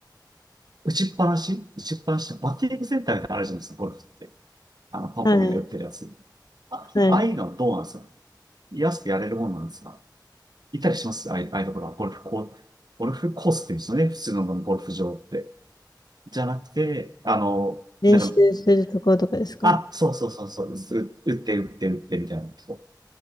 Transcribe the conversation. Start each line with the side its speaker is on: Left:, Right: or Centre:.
Right: 打ちっぱなし打ちっぱなしってバッティングセンターみたいなのあるじゃないですか、ゴルフって。あの、パンポンみんな売ってるやつ。
Left: はい、
Right: あ、
Left: はい。
Right: ああいうのはどうなんですか安くやれるもんなんですかいたりしますああいうああいうところは、ゴルフコー、ゴルフコースって言うんですよね。普通のゴルフ場って。じゃなくて、あの、
Left: 練習するところとかですか
Right: なんか、あ、そうそうそうそう、う打って打って打ってみたいな。そう